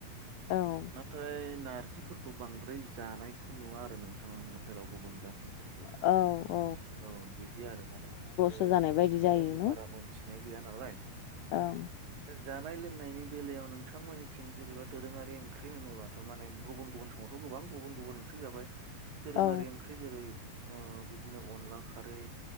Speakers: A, on the left; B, on the right.
A: औ औ
B: नाथाय नार नारजिफोरखौ बांद्राय जानायखौ नुवा आरो नोंथां हटेलाव गुबुन जा फोरखौ
A: औ औ
B: औ बिदि आरो माने बिसोरो
A: बेस्थ' जानाय
B: बेफोरनि
A: बायदि जायो
B: बागै
A: न'।
B: बारा मोनथिनाय गैया नालाय
A: ओं
B: दा जानाय लोंनाय। बेलायाव नोंथांमोननिथिं जेनेबा दोरोङारि ओंख्रि होनोबाथ' माने गुबुन गुबुन समावथ' गोबां गुबुन गुबन गुबुन ओंख्रि जाबाय दोरोङारि
A: औ
B: ओंख्रि जेरै बिदिनो अनला खारै